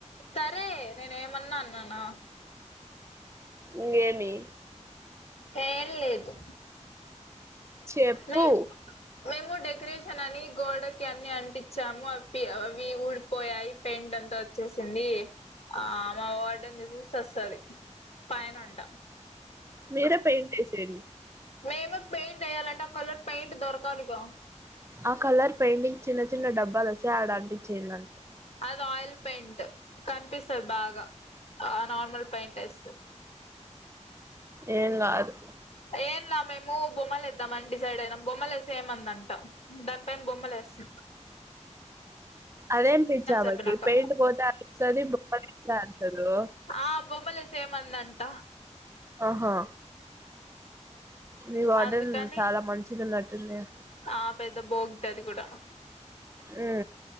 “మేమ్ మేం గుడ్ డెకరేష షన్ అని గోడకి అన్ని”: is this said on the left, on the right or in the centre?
Left